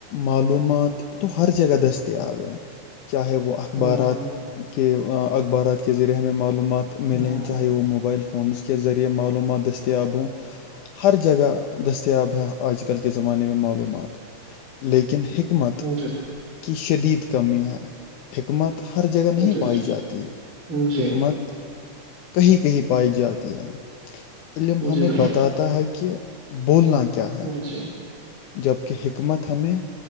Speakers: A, on the left; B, on the right.
A: معلومات تو ہر جگہ دستیاب ہیں چاہے وہ <unintelligible> اخبارات
B: ہوں،
A: کے اخبارات کے ذریعے ہمیں معلومات ملیں
B: ہوں،
A: چاہے وہ موبائل فون فونس کے ذریعے معلومات دستیاب ہوں ہر جگہ دستیاب ہے آج کل کے زمانے میں معلومات لیکن حکمت
B: جی جی
A: کی شدید کمی ہے حکمت ہر جگہ نہیں
B: جی
A: پائی جاتی
B: جی
A: حکمت کہیں کہیں پائی جاتی ہے علم ہمیں
B: جی جی
A: بتاتا ہے کہ بولنا کیا ہے
B: جی
A: جبک حکمت ہمیں